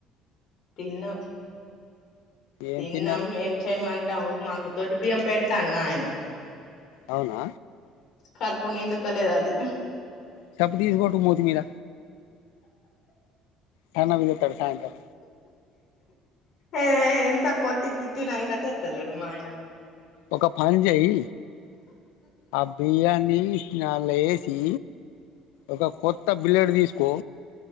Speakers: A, on the left; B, on the left.
A: తిన్నం
B: ఏం
A: తిన్నం
B: తిన్నారు
A: ఎం చెయమంటావు మాకు దొడ్డు బియ్యం పెడతాండు మా ఆయన
B: అవునా
A: కడుపు నిండుతలేదు అది
B: సబ్బు తీసి కొట్టు మూతి మీద తన్నవి చెత్తాడు సాయంత్రం
A: ఎయ్ ఎంత కొట్టి తిట్టిన ఇంకా తెత్తలేడు మా ఆయన
B: ఒక పన్ చెయ్ ఆ బియ్యాన్ని స్నల్లో ఎసి ఒక కొ త్త బిలెడ్ తీసుకో